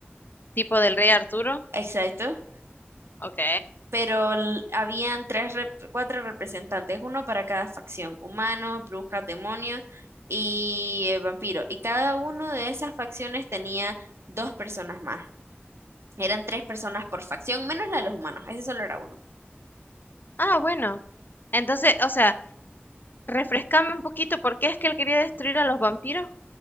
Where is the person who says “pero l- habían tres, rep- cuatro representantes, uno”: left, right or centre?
Right